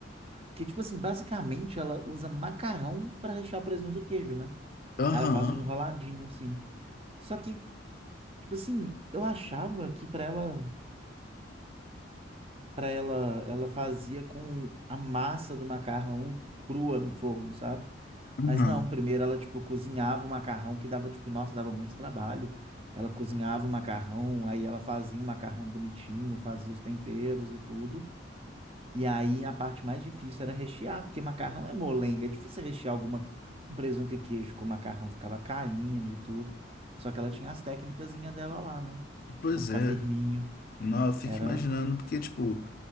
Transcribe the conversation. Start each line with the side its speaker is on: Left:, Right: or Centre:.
Right: porque tipo assim, basicamente ela usa macarrão para rechear o presunto e o queijo, né?
Left: Aham,
Right: Aí ela faz um enroladinho assim. Só que tipo assim, eu achava que para ela, para ela, ela fazia com a massa do macarrão crua no forno, sabe?
Left: aham.
Right: Mas não, primeiro ela, tipo, cozinhava o macarrão que dava, tipo, nossa, dava muito trabalho. Ela cozinhava o macarrão, aí ela fazia o macarrão bonitinho, fazia os temperos e tudo. E aí a parte mais difícil era rechear, porque macarrão é molenga, é difícil rechear alguma um presunto e queijo com macarrão, ficava caindo e tudo. Só que ela tinha as técnicazinhas dela lá, né?
Left: Pois
Right: Pra ficar
Left: é.
Right: firminho.
Left: Não, eu fico
Right: Era,
Left: imaginando, porque, tipo,